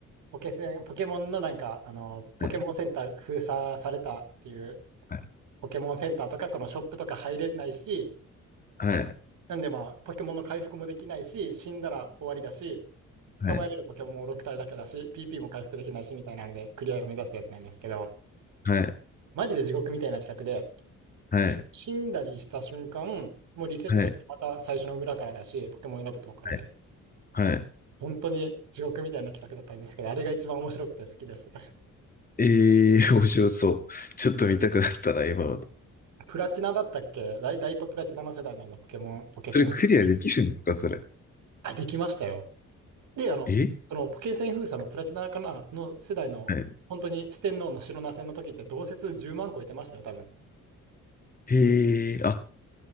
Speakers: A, on the right (about 75°); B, on the left (about 30°).
A: ポケセン、ポケモンのなんか、あの、ポケモンセンター封鎖されたっていう、
B: はい、はい、
A: ポケモンセンターとか、このショップとか入れないし、
B: はい、
A: なんでまあ、ポケモンの回復もできないし、死んだら終わりだし、
B: はい、
A: 捕まえれるポケモンも6体だけだし、PP も回復できないし、みたいなので、クリアを目指すやつなんですけど、
B: はい、
A: マジで地獄みたいな企画で、
B: はい、
A: 死んだりした瞬間、もうリセットしてまた最初の村からだし、
B: は
A: ポケモン選ぶとこからで、
B: い、はい。
A: 本当に地獄みたいな企画だったんですけど、あれが一番面白くて好きです。<laughs>
B: ええー、面白そう。ちょっと見たくなったな、今の。
A: プラチナだったっけダイ、ダイパプラチナの世代なんだ、ポケモン、ポケセン封鎖が。
B: それクリアできるんですか、それ。
A: あ、できましたよ。で、あの、
B: え
A: そのポケセン封鎖のプラチナかなの世代の、
B: はい。
A: 本当に四天王の白ナ戦の時って同説10万個えてましたよ、多分。
B: へえ、あ、